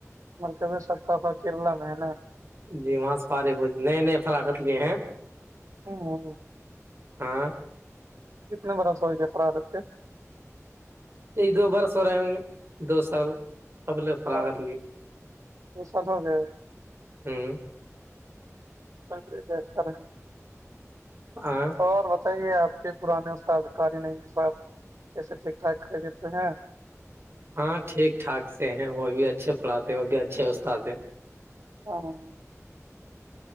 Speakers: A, on the right (about 70°); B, on the right (about 50°).
A: کب ستافا کلا ہے
B: جی وہاں سے پار نئے نئے فرخت لیے ہیں
A: ہاں
B: ہاں
A: کتنے برسور کے افرارت کے
B: یہ دو بار سو رہے دو سال اب لے فراغت
A: اور
B: لی
A: دو سال ہو گئے
B: ہوں
A: <unintelligible>
B: ہاں
A: اور بتائیے آپ کے پرانے استادکاری نہیں صاحب ایسے ٹھیک ٹھاک قریت سے ہیں
B: ہاں ٹھیک ٹھاک سے ہیں وہ بھی اچھے پڑاتے ہیں وہ بھی اچھے وھ آتے ہیں
A: ہاں